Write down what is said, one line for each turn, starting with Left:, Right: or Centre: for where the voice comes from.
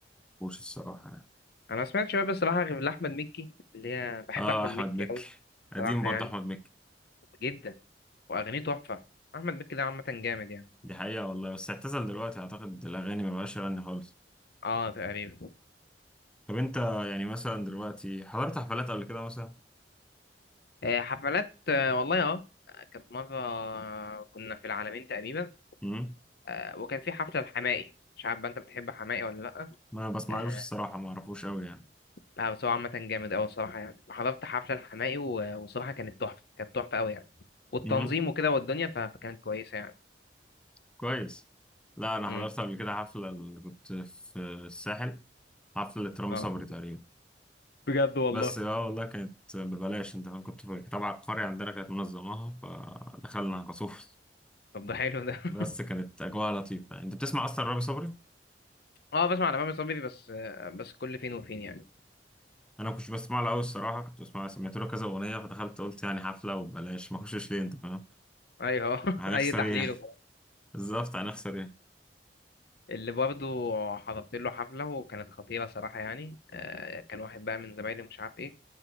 Centre: مش الصراحه يعني.
Left: أنا ما سمعتش بقى بصراحة غير لأحمد مكي اللي هي بحب
Centre: اه
Left: أحمد
Centre: احمد
Left: مكي
Centre: مكي
Left: أوي
Centre: قديم
Left: بصراحة
Centre: برضه
Left: يعني
Centre: احمد مكي
Left: جدا وأغانيه تحفة أحمد مكي ده عامة جامد يعني
Centre: دي حقيقه والله بس اعتزل دلوقتي اعتقد الاغاني ما بقاش يغني خالص
Left: أه تقريبا
Centre: طب انت يعني مثلا دلوقتي حضرت حفلات قبل كده مثلا
Left: آه، حفلات آه، والله أه كانت مرة كنا في العالمين تقريبا
Centre: امم
Left: آه، وكان في حفلة الحماقي مش عارف بقى أنت بتحب حماقي ولا لأ
Centre: ما بسمعلوش
Left: آه،
Centre: الصراحه ما اعرفوش قوي
Left: لا بس هو عامة جامد أوي الصراحة يعني حضرت حفلة الحماقي و- وصراحة كانت تحفة كانت تحفة أوي يعني والتنظيم
Centre: يعني
Left: وكده والدنيا ف- فكانت كويسة يعني
Centre: كويس لا انا
Left: امم
Centre: حضرت قبل كده حفله ال- كنت في الساحل حفله رامي
Left: اه
Centre: صبري تقريبا
Left: بجد والله
Centre: بس اه والله كانت ببلاش انت فاهم؟ كنت في- طبعا القريه عندنا كانت منظماها فدخلنا خصوص
Left: طب ده حلو ده <laughs>
Centre: بس كانت اجواء لطيفه انت بتسمع اصلا رامي صبري
Left: اه بسمع على مامي صبري بس آه، بس كل فين وفين يعني
Centre: انا كنت بسمع له قوي الصراحه كنت بسمع سمعت له كذا اغنيه فدخلت قلت يعني حفله وببلاش ما اخشش ليه انت فاهم
Left: ايوه <laughs>
Centre: هنخسر
Left: اي تحليل
Centre: ايه يعني؟
Left: وكده.
Centre: <laughs> بالظبط هنخسر ايه
Left: اللي برضه حضرت له حفله وكانت خطيره صراحه يعني آه، كان واحد بقى من زمايلي مش عارف ايه